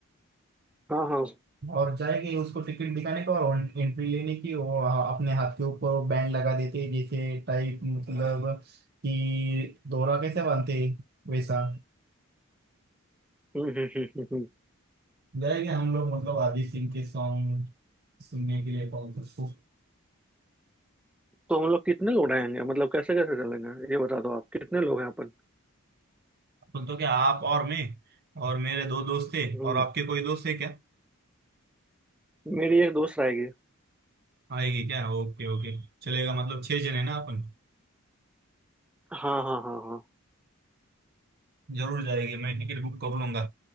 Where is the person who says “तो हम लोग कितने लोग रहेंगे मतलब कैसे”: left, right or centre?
Centre